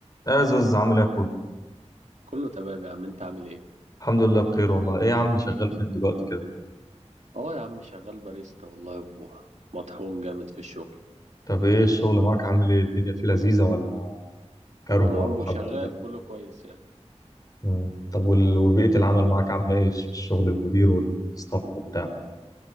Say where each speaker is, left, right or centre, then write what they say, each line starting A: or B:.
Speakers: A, on the left; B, on the right.
A: يا زوز عامل ايه يا اخويا
B: كله تمام يا عم انت عامل ايه
A: الحمد لله بخير والله ايه يا عم شغال فين دلوقتي كده
B: اه يا عم شغال باريستا والله ومطحون جامد في الشغل
A: طب ايه الشغل معاك عامل ايه الدنيا فيه لذيذة ولا كره
B: اه
A: ولا حب
B: شغال
A: ولا ايه
B: كله كويس يعني
A: مم. طب وال- وبيئة العمل معاك عاملة ايه في الشغل المدير والستاف وبتاع